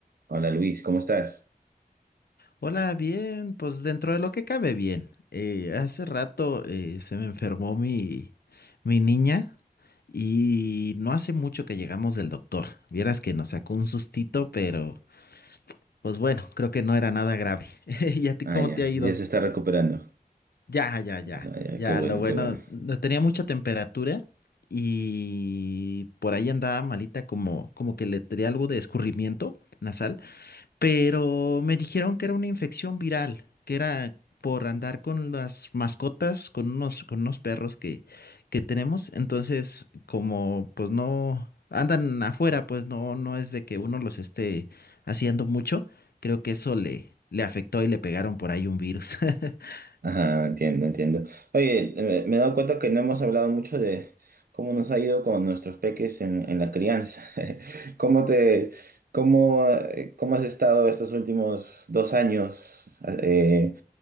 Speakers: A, on the right; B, on the left.
A: Hola Luis, ¿cómo estás?
B: Hola, bien, pues dentro de lo que cabe bien. Eh, hace rato eh, se me enfermó mi, mi niña y no hace mucho que llegamos del doctor. Vieras que nos sacó un sustito, pero pues bueno, creo que no era nada grave. <laughs> ¿Y a ti
A: Ah,
B: cómo
A: ya,
B: te ha ido?
A: ya se está recuperando.
B: Ya, ya, ya,
A: Ah, ya,
B: ya,
A: qué bueno,
B: lo bueno,
A: qué bueno.
B: no tenía mucha temperatura y por ahí andaba malita como, como que le tenía algo de escurrimiento nasal pero me dijeron que era una infección viral, que era por andar con las mascotas, con unos, con unos perros que, que tenemos. Entonces, como pues no andan afuera, pues no, no es de que uno los esté haciendo mucho. Creo que eso le, le afectó y le pegaron por ahí un virus. <laughs>
A: Ajá, entiendo, entiendo. Oye, eh, me, me he dado cuenta que no hemos hablado mucho de cómo nos ha ido con nuestros peques en, en la crianza. <laughs> ¿Cómo te, cómo, eh, cómo has estado estos últimos dos años eh,